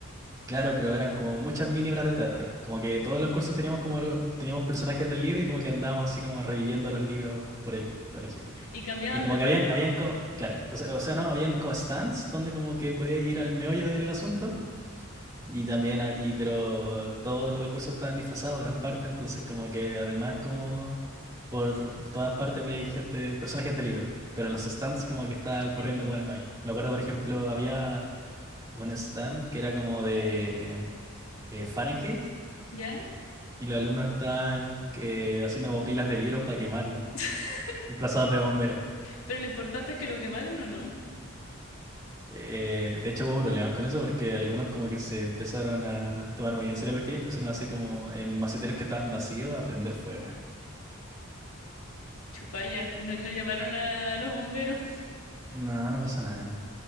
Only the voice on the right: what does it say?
Claro, pero eran como muchas mini obras de teatro. Como que todos los cursos teníamos como lo- teníamos personajes del libro y como que andábamos así como reviviendo los libros por el colegio.
Y como
que
habían, habían como, claro, entonces, o sea, no, habían como stands donde como que podía ir al meollo del asunto. Y también, ha- y, pero todos los del curso estaban disfrazados, gran parte, entonces como que además como por todas partes veía gente, personajes de libro, pero en los stands como que estaba
ocurriendo como el meollo. Me acuerdo, por ejemplo, había un stand que era como de eh, Fahrenheit
y los alumnos estaban eh, haciendo como pilas de libros para quemarlas
disfrazados de bomberos.
Eh, de hecho hubo problemas con eso porque algunos como que se empezaron a tomar muy en serio la cuestión y empezaron a hacer como en maceteros que estaban vacíos a prender fuego.
No, no pasó nada.